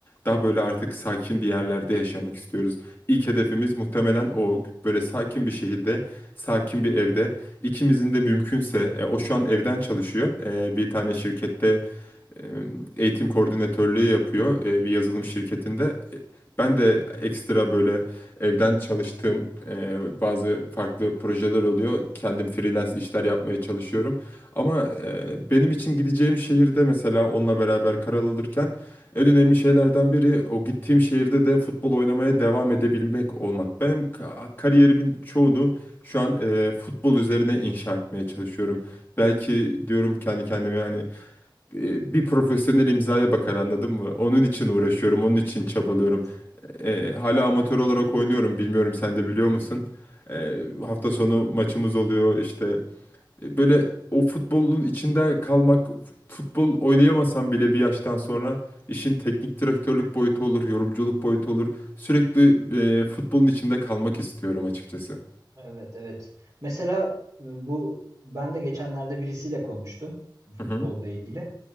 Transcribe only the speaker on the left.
Daha böyle artık sakin bir yerlerde yaşamak istiyoruz. İlk hedefimiz muhtemelen o böyle sakin bir şehirde, sakin bir evde. İkimizin de mümkünse e, o şu an evden çalışıyor. E, bir tane şirkette e, eğitim koordinatörlüğü yapıyor e, bir yazılım şirketinde. E, Ben de ekstra böyle evden çalıştığım e, bazı farklı projeler oluyor. Kendim freelance işler yapmaya çalışıyorum. Ama e, benim için gideceğim şehirde mesela onunla beraber karar alırken en önemli şeylerden biri o gittiğim şehirde de futbol oynamaya devam edebilmek olmak. Benim ka- kariyerimin çoğunu şu an e, futbol üzerine inşa etmeye çalışıyorum. Belki diyorum kendi kendime hani e, bir profesyonel imzaya bakar anladın mı? Onun için uğraşıyorum, onun için çabalıyorum.
E, hala amatör olarak oynuyorum, bilmiyorum sen de biliyor musun? E, hafta sonu maçımız oluyor işte. E, Böyle o futbolun içinde kalmak, futbol oynayamasam bile bir yaştan sonra işin teknik direktörlük boyutu olur, yorumculuk boyutu olur. Sürekli e, futbolun içinde kalmak istiyorum açıkçası.
Hı hı.